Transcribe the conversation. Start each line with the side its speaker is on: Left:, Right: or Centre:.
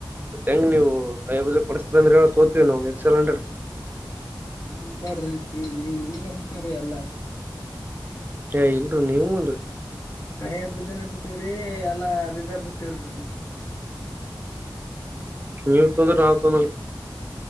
Right: ಹೆಂಗ ನೀವು ಅಯ ಬ ಕೊಡಸ್ ಬಂದ್ರ ತೋತತಿವಿ ನಾವು ಎಕ್ಸ್ ಎಲ್ಂಡ್ರಡ್
Left: ಏನ್ ತೊಗೊಂಡ್ರಿ ನೀ ನೀ ನಿಮ್ಗೆ ಬಿಟ್ಟವ್ರಿ ಎಲ್ಲಾ
Right: ಏ ಇಲ್ಲರಿ ನೀವು ಅದ
Left: ಹಯ ಬುಜನು ಬಿಟೀವ್ರಿ ಎಲ್ಲ ಅದುದೇ ಬಿಟ್ಟಿರು
Right: ನಿವ್ತಿಗೊಂಡೂರು ನಾವ್ ತೊಗೊಂಡು ಹಾಂಗ್